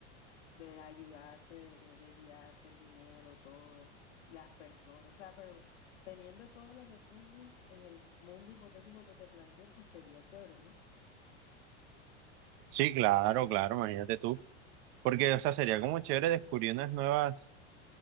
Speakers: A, on the left; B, on the right.
A: de ayudarse, de, de, de guiarse, el dinero, todo, las personas, o sea, pero teniendo todos los recursos en el mundo hipotético que te planteé, pues sería chévere, ¿no?
B: Sí, claro, claro, imagínate tú. Porque, o sea, sería como chévere descubrir unas nuevas,